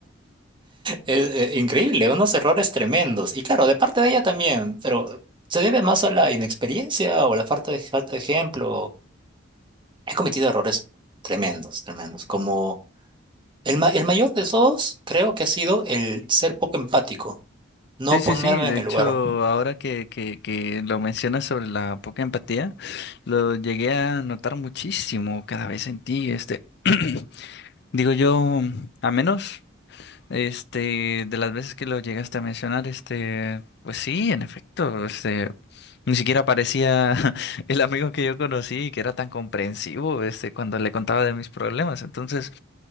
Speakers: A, on the right (about 25°); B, on the left (about 55°).
A: Es, eh, increíble, unos errores tremendos. Y claro, de parte de ella también, pero se debe más a la inexperiencia o la falta de, falta de ejemplo. He cometido errores tremendos, tremendos. Como el, ma- el mayor de todos, creo que ha sido el ser poco empático, no
B: Sí, sí,
A: ponerme
B: sí, de
A: en
B: hecho,
A: el lugar.
B: ahora que, que, que lo mencionas sobre la poca empatía, lo llegué a notar muchísimo cada vez en ti, este. <clears throat> Digo yo, a menos, este, de las veces que lo llegaste a mencionar, este, pues sí, en efecto, este, ni siquiera parecía <laughs> el amigo que yo conocí, que era tan comprensivo, este, cuando le contaba de mis problemas. Entonces,